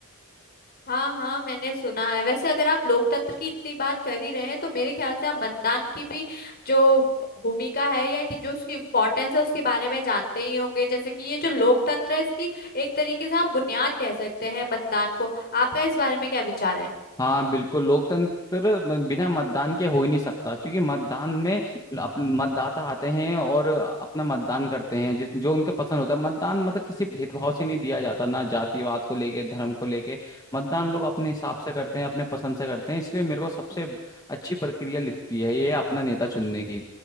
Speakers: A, on the left; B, on the left.
A: हाँ हाँ मैंने सुना है वैसे अगर आप लोकतंत्र की इतनी बात कर ही रहे हैं तो मेरे ख्याल से आप मतदान की भी जो भूमिका है या कि जो उसकी इम्पोर्टेंस है उसके बारे में जानते ही होंगे जैसे कि ये जो लोकतंत्र है इसकी एक तरीके से हम बुनियाद कह सकते हैं मतदान को आपका इस बारे में क्या विचार है
B: हाँ बिल्कुल लोकतंत्र ब- बिना मतदान के हो ही नहीं सकता क्योंकि मतदान में अप- मतदाता आते हैं और अपना मतदान करते हैं जिस जो उनके पसंद होता है मतदान मतलब किसी भेदभाव से नहीं दिया जाता ना जातिवाद को लेके धर्म को लेके मतदान लोग अपने हिसाब से करते हैं अपने पसंद से करते हैं इसलिए मेरे को सबसे अच्छी प्रक्रिया लिखती है ये अपना नेता चुनने की